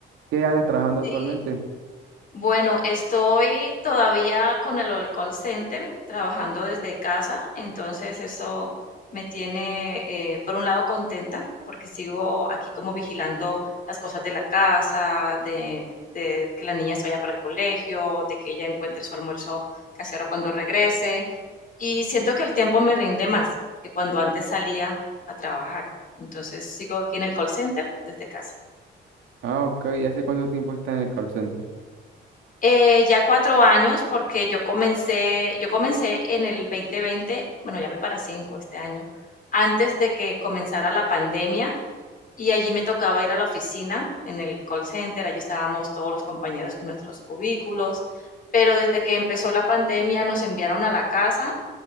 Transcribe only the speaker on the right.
¿qué andas trabajando
actualmente?
Ah, ok, ¿y hace cuánto tiempo estás en el call center?